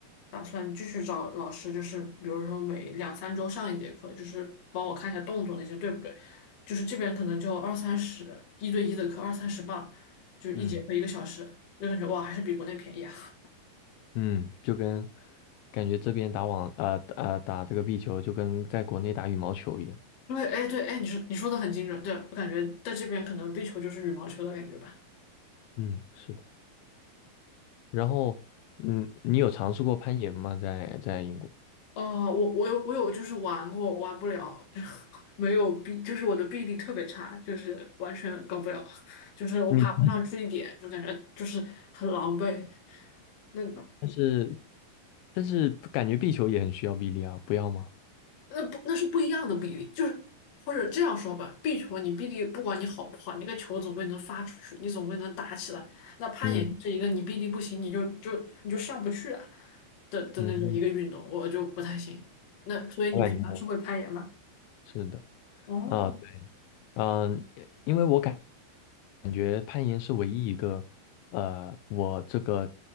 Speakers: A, on the left; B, on the left.
A: 打算继续找老师，就是比如说每两三周上一节课，就是帮我看一下动作那些对不对。就是这边可能就二三十一对一的课，二三十吧，就是一节课一个小时，
B: 嗯
A: 就感觉哇，还是比国内便宜啊。<laughs>
B: 嗯，就跟感觉这边打网呃呃打这个壁球，就跟在国内打羽毛球一样。
A: 因为哎，对，哎，你说你说的很精准，对，我感觉在这边可能壁球就是羽毛球的感觉吧。
B: 嗯，是的。然后，嗯，你有尝试过攀岩吗？在在英国？
A: 哦，我我有我有就是玩过，玩不了，就 <laughs> 没有臂，就是我的臂力特别差，就是完全搞不了，<laughs> 就是我爬不上去一点，
B: 你
A: 就感觉就是很狼狈。那
B: 但是但是感觉壁球也很需要臂力啊，不要吗？
A: 那不那是不一样的比例，就是或者这样说吧，壁球你臂力不管你好不好，你那个球总归能发出去，你总归能打起来。那攀岩是一个你臂力不行，
B: 嗯
A: 你就就你就上不去啊的的那个一个运动，
B: 嗯，嗯，
A: 我就不太行。那所以你平常是会攀岩吗？
B: 我感觉是的
A: 哦，
B: 啊，对嗯，因为我感。觉攀岩是唯一一个，呃，我这个，